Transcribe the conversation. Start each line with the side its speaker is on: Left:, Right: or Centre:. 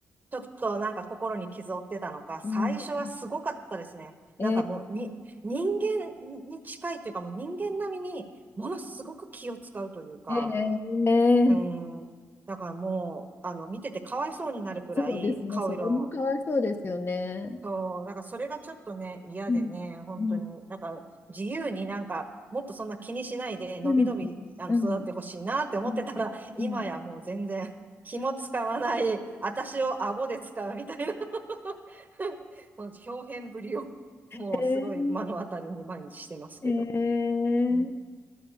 Right: ちょっとなんか心に傷を負ってたのか、最初はすごかったですね。
Left: うん、うん。
Right: なんかもうに、
Left: ええ
Right: 人間に近いというかもう人間並みにものすごく気を使うというか、
Left: えええー
Right: うん。だからもう、あの、見ててかわいそうになるくらい顔色
Left: そうですね。それもかわいそうですよね。
Right: そう、だからそれがちょっとね、嫌でね、
Left: うん、
Right: 本当に。
Left: うん、
Right: だから自由になんか、もっとそんな気にしないで、
Left: うん、
Right: のびのび、あの、
Left: うん、
Right: 育ってほしいなって思ってたら、
Left: うん、
Right: <laughs> 今やもう全然、
Left: うん。
Right: 気も使わない、私を顎で使うみたいな <laughs> もう表現ぶりを、もうすごい目の当たりに毎日してますけど。
Left: えええー
Right: うん、